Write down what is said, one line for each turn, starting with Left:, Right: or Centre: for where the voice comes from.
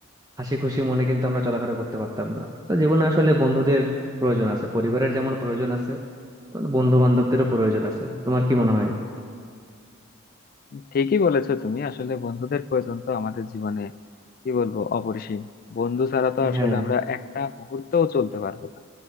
Right: হাসি খুশি মনে কিন্তু আমরা চলাফেরা করতে পারতাম না তো জীবনে আসলে বন্ধুদের প্রয়োজন আছে পরিবারের যেমন প্রয়োজন আছে বন্ধু বান্ধবদেরও প্রয়োজন আছে তোমার কি মনে হয়
Left: ঠিকই বলেছো তুমি আসলে বন্ধুদের প্রয়োজন তো আমাদের জীবনে কি বলবো অপরিসীম বন্ধু ছাড়া তো আসলে
Right: হ্যাঁ
Left: আমরা একটা মুহূর্তও চলতে পারবো না